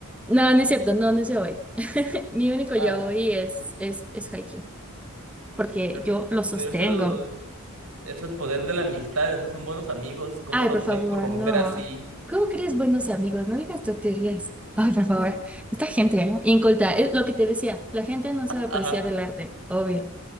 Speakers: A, in the centre; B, on the right.
A: No, no es cierto, no, no es yaoi. <laughs> Mi único yaoi
B: Ah,
A: es, es, es Haikyuu, porque
B: pero eso,
A: yo lo sostengo.
B: pero eso, eso es poder de la amistad, esos son buenos amigos, ¿cómo
A: Ay,
B: los
A: por favor,
B: pueden corromper
A: no.
B: así?
A: ¿Cómo crees buenos amigos? No digas tonterías. Ay, por favor. Esta gente, ¿eh? Inculta. Es lo que te decía. La gente no sabe apreciar
B: Ajá.
A: el arte, obvio.